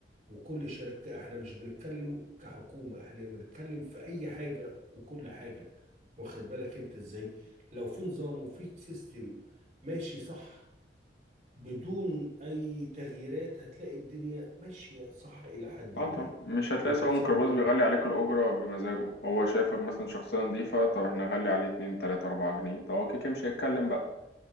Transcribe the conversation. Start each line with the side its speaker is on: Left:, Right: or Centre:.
Right: وكل شركة احنا مش بنتكلم كحكومة احنا بنتكلم في اي حاجة وكل حاجة واخد بالك انت ازاي لو في نظام وفي سيستم ماشي صح بدون اي تغييرات هتلاقي الدنيا ماشية صح الى حد
Left: اه
Right: ما
Left: طبعا مش هتلاقي
Right: والفساد
Left: سواق ميكروباص
Right: بيقل
Left: بيغلي عليك الأجرة بمزاجه هو شايفك مثلا شخصية نظيفة طب احنا نغلي عليه اتنين تلاتة أربعة جنيه طب هو كده كده مش هيتكلم بقى